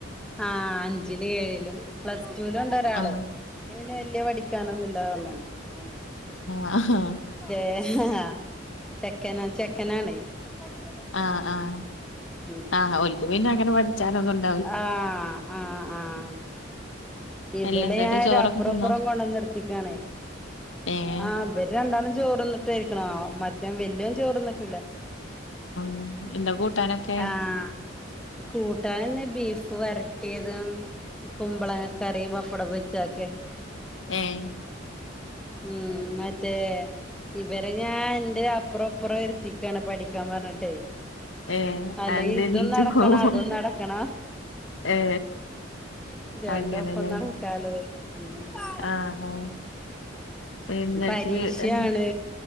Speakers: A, in the centre; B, on the left.
A: ആഹ് അഞ്ചിലും ഏഴിലും പ്ലസ് ടുലും ഉണ്ടൊ രാള്
B: ആഹ്
A: പിന്നെ പിന്നെ വല്യ പഠിക്കാനൊന്നും ഇല്ലാ <unintelligible>
B: ആഹ് ആഹ്
A: ഏഹ് ആഹ് ചെക്കന് ചെക്കനാണ്. ഉത
B: ആഹ് ആഹ്
A: ഉം
B: ആഹ് ഓരിക്ക് പിന്നെ അങ്ങനെ പഠിച്ചാന്നുണ്ട്
A: ആഹ് ആഹ് ആഹ് ഇബലെ
B: അല്ല എന്നിട്ട്
A: ഞാൻ
B: ചോറൊക്കെ
A: അപ്പുറം
B: തിന്നോ
A: അപ്പുറം കൊണ്ടന്നു നിർത്തിക്കാണ്
B: ഏഹ്
A: ആഹ് ഇവര് രണ്ടാളും ചോറ് തിന്നിട്ടാ ഇരിക്കണു മറ്റേ വല്ല്യോൻ ചോറിന്നിട്ടില്ല.
B: ഉം എന്താ കൂട്ടാനൊക്കെ?
A: ആഹ് കൂട്ടാനിന്ന് ബീഫ് വരട്ടിയതും കുമ്പളങ്ങ കറിയും പപ്പടം പൊരിച്ചതൊക്കെ.
B: ഏഹ്
A: ഉം മറ്റേ ഇവരെ ഞാൻ എന്റെ അപ്പുറം അപ്പുറം ഇരുത്തിക്കാണ് പഠിക്കാൻ പറഞ്ഞിട്ടേ
B: ഏ
A: അല്ലേ
B: അതെന്തേനീച്ചു
A: ഇതും നടക്കണം
B: പോവും
A: അതും നടക്കണം
B: ഏ
A: രണ്ടും
B: അങ്ങനെല്ലേ
A: ഒപ്പം <unintelligible>
B: ആഹ് ആഹ് എന്നിട്ട്
A: പരീക്ഷയാണ്
B: ഏ